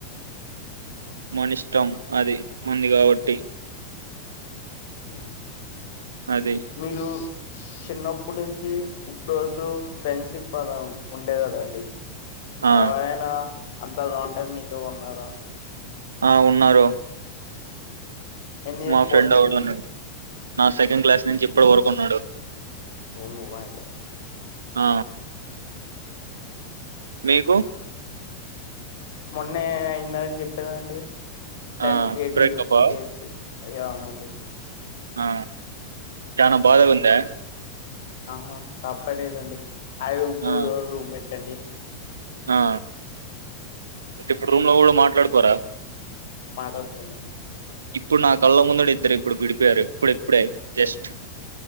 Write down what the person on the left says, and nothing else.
హ్మ్
అ
మీరు చిన్నప్పుడు నుంచి ఇప్పుడో జూ ఫ్రెండ్షిప్ పదం ఉండేద్ కదండి
ఎవరైనా అంత లాంగ్ టైమ్ మీతో ఉన్నారా
ఎన్ని ఇయర్స్
బాండ్
అండి
మీది
ఓ మై గా
హ్మ్
మొన్నే అయిందని జెప్పా కదండి టెన్
ఎయిటీ
ఎయిట్ అయ్య అవునండి
ఆ
ఆహా తప్పదేదండి <unintelligible>
రండి
పడకు